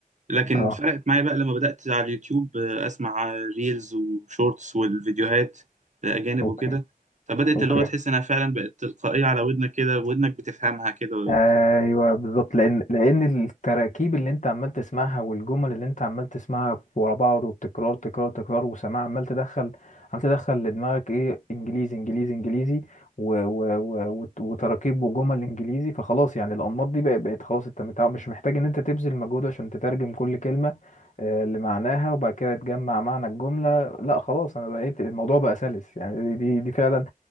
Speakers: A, on the right; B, on the left.
A: لكن
B: اه
A: فرقت معايا بقى لما بدات على اليوتيوب آه، اسمع ريلز وشورتس والفيديوهات آه، اجانب
B: اوكي
A: وكده فبدات
B: اوكي
A: اللغه تحس انها فعلا بقت تلقائيه على ودنك كده ودنك بتفهمها كده
B: ايوه بالظبط لان لان التراكيب اللي انت عمال تسمعها والجمل اللي انت عمال تسمعها ورا بعض والتكرار تكرار تكرار وسماع عمال تدخل عمال تدخل لدماغك ايه انجليزي انجليزي انجليزي و و و وت- وتراكيب وجمل انجليزي فخلاص يعني الانماط دي بقت بقت خلاص انت متع- مش محتاج ان انت تبذل مجهود عشان تترجم كل كلمه آه، لمعناها وبعد كده تجمع معنى الجمله لا خلاص انا بقيت الموضوع بقى سلس يعني دي دي, دي فعلا